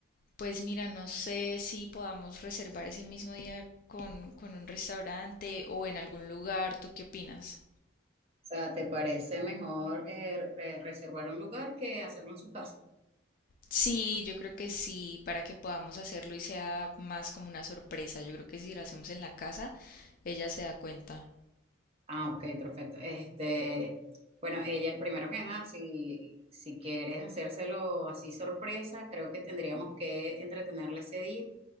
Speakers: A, on the left (about 45°); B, on the right (about 30°).
A: pues mira, no sé si podamos reservar ese mismo día con, con un restaurante o en algún lugar. ¿Tú qué opinas?
B: O sea, ¿te parece mejor eh, re- reservar un lugar que hacerlo en su casa?
A: Sí, yo creo que sí, para que podamos hacerlo y sea más como una sorpresa. Yo creo que si lo hacemos en la casa, ella se da cuenta.
B: Ah, ok, perfecto. Este, bueno, ella, primero que nada, si, si quieres hacérselo así sorpresa, creo que tendríamos que entretenerla ese día.